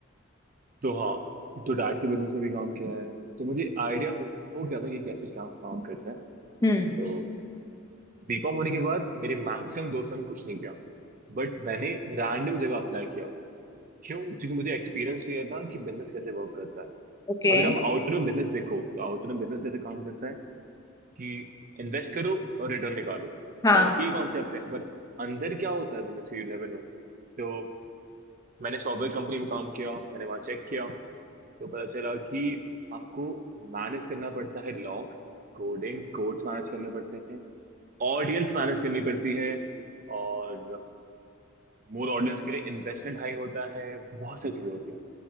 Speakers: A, on the right (about 40°); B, on the left (about 15°).
A: तो हाँ तो डाट के बिजनेस में भी काम किया है तो मुझे आइडिया हो, हो गया था कि कैसे क्या काम करता है
B: हम्म
A: तो बीकॉम होने के बाद मेरे मैक्सिमम दोस्तों ने कुछ नहीं किया बट मैंने रैंडम जगह अप्लाई किया क्यों क्योंकि मुझे एक्सपीरियंस चाहिए था कि बिजनेस कैसे वर्क करता है
B: ओके
A: अगर हम आउटर में बिजनेस देखो तो आउटर में बिजनेस कैसे काम करता है कि इन्वेस्ट करो और रिटर्न निकालो
B: हाँ
A: बस यही कॉन्सेप्ट है बट अंदर क्या होता है बिजनेस का यू नेवर नो तो मैंने सॉफ्टवेयर कंपनी में काम किया मैंने वहाँ चेक किया तो पता चला कि आपको मैनेज करना पड़ता है लॉग्स कोडिंग कोड्स मैनेज करने पड़ते हैं ऑडियंस मैनेज करनी पड़ती है और मोर ऑडियंस के लिए इन्वेस्टमेंट हाई होता है बहुत सारी चीजें होती हैं